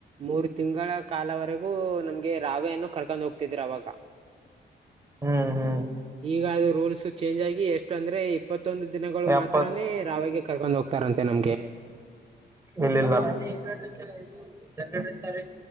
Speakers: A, on the right; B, on the right.
A: ಮೂರ ತಿಂಗಳ ಕಾಲವರೆಗೂ ನಮ್ಗೆ ರಾವೆಯನ್ನು ಕರ್ಕೊಂಡ್ ಹೋಗ್ತಿದ್ರು ಅವಾಗ.
B: ಹ್ಮ್ ಹ್ಮ್
A: ಈಗ ಅದು ರೂಲ್ಸ್ ಚೇಂಜ್ ಆಗಿ ಎಷ್ಟು ಅಂದ್ರೆ, ಇಪ್. ಇಪ್ಪತ್ತೊಂದು ದಿನಗಳು
B: ಎಪ್ಪತ್
A: ಮಾತ್ರಾನೇ ರಾವೆಗೆ ಕರ್ಕೊಂಡ್ ಹೋಗ್ತಾರಂತೆ ನಮ್ಗೆ.
B: ಇಲ್ಲಿಲ್ಲ, ಇನ್ವರ್ಟರ್, ಜನರೇಟರ್